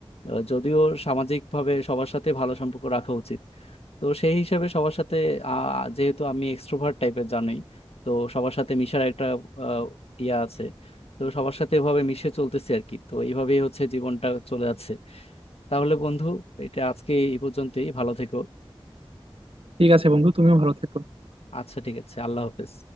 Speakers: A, on the left; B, on the right.
A: আহ, যদিও সামাজিকভাবে সবার সাথে ভালো সম্পর্ক রাখা উচিত তো সেই হিসাবে সবার সাথে আহ, যেহেতু আমি এক্সট্রোভার্ট টাইপের জানোই তো সবার সাথে মিশার একটা আহ, ইয়া আছে তো সবার সাথে এভাবে মিশে চলতেছি আর কি তো এইভাবেই হচ্ছে জীবনটা চলে যাচ্ছে তাহলে বন্ধু এটা আজকে এই পর্যন্তই ভালো থেকো
B: ঠিক আছে বন্ধু তুমিও ভালো থেকো
A: আচ্ছা ঠিক আছে আল্লাহ হাফেজ